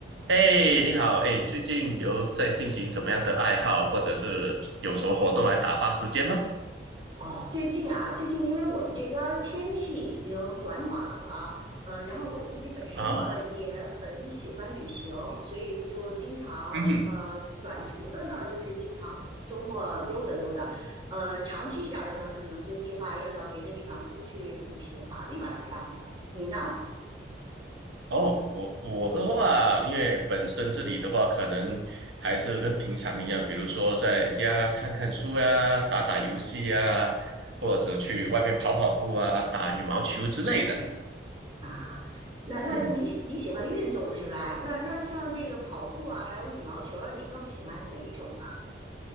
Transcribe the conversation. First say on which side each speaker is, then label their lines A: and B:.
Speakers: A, on the right; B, on the right.
A: 哎，你好，哎，最近有在进行怎么样的爱好，或者是有什么活动来打发时间吗？
B: 哦，最近啊，最近因为我们这边儿天气已经转暖了，呃，然后我自己本身呢也很喜欢旅行，
A: 啊，
B: 所以就经常呃短途的呢，
A: 嗯哼，
B: 就是经常周末溜达溜达，呃，长期一点儿的呢，可能就计划要到别的地方出去旅行玩儿一玩儿这样子。你呢？
A: 哦，我我的话，因为本身这里的话，可能还是跟平常一样，比如说在家看看书啊，打打游戏啊，或者去外面跑跑步啊，打羽毛球之类的。
B: 啊，那那那你你喜欢运动是吧？
A: 嗯，
B: 那那像这个跑步啊，还有羽毛球啊，你更喜欢哪一种